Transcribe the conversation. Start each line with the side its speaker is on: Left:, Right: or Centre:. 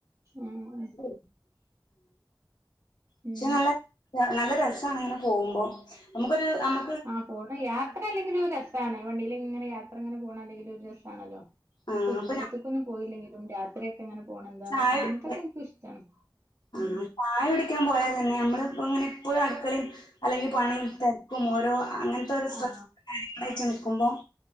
Right: ഉം ഉം.
Left: അങ്ങനെ. പക്ഷെ
Right: ഉം
Left: <unintelligible> നല്ല നല്ല രസാണങ്ങനെ പോവുമ്പം. ഞമ്മക്കൊരു അമ്മ
Right: ആഹ് പോണം. യാത്ര അല്ലെങ്കിലും ഒരു രസ് സാണ് വണ്ടീലിങ്ങനെ യാത്രങ്ങനെ പോണത് അല്ലെങ്കിലും ഒരു രസാണല്ലോ. ഇഞ്ഞ്
Left: ആഹ്
Right: പ്പം ദൂരത്ത്
Left: അപ്പൊ ഞാൻ
Right: കൊന്നും പോയില്ലെങ്കിലും രാത്രിയൊക്കെ ഇങ്ങനെ പോണ എന്താ
Left: ചായ
Right: അങ്ങൻത്തൊക്കെ ഇൻക്കും ഇഷ്ടാണ്.
Left: ആഹ്
Right: ഉം
Left: ചായ കുടിയ്ക്കാൻ പോയാ തന്നെ നമ്മളിപ്പങ്ങനെ എപ്പഴും അടുക്കളിം അല്ലെങ്കി പണിം തെര്ക്കും ഓരോ അങ്ങൻത്തെ ഓരോ സ്‌ട്രസും
Right: ആ
Left: കാര്യ ങ്ങളായിട്ട് നിക്കുമ്പം